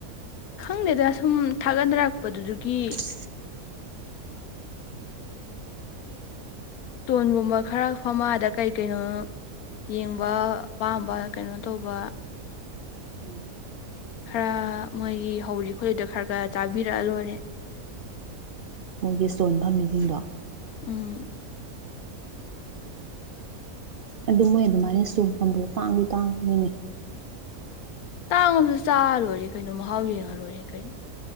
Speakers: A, on the left (about 85°); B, on the right (about 55°).
A: ꯈꯪꯗꯦꯗ ꯁꯨꯝ ꯊꯥꯒꯠꯅꯔꯛꯄꯗꯨꯗꯨꯒꯤ
B: ꯫
A: ꯇꯣꯟꯒꯨꯝꯕ ꯈꯔ ꯐꯝꯃ ꯑꯥꯗ ꯀꯩ ꯀꯩꯅꯣ꯫ ꯌꯦꯡꯕ ꯑꯄꯥꯝꯕ ꯀꯩꯅꯣ ꯇꯧꯕ
B: ꯫
A: ꯈꯔ ꯃꯣꯏꯒꯤ ꯍꯧꯔꯤ ꯈꯣꯠꯂꯤꯗꯣ ꯈꯔ ꯈꯔ ꯆꯥꯕꯤꯔꯛꯑ ꯂꯣꯏꯔꯦ
B: ꯃꯣꯏꯒꯤ ꯏꯁ꯭ꯇꯣꯟ ꯐꯝꯃꯤꯁꯤꯡꯗꯣ
A: ꯎꯝ
B: ꯑꯗꯨ ꯃꯣꯏ ꯑꯗꯨꯃꯥꯏꯅ ꯁꯣꯟ ꯐꯝꯕꯗꯣ ꯇꯥꯡꯗꯤ ꯇꯥꯡꯕꯅꯤꯅꯦ
A: ꯇꯥꯡ ꯑꯃꯁꯨ ꯆꯥꯔꯣꯏꯔꯦ ꯀꯩꯅꯣ ꯃꯍꯥꯎ ꯌꯦꯡꯉ ꯂꯣꯏꯔꯦ ꯀꯩꯅꯣ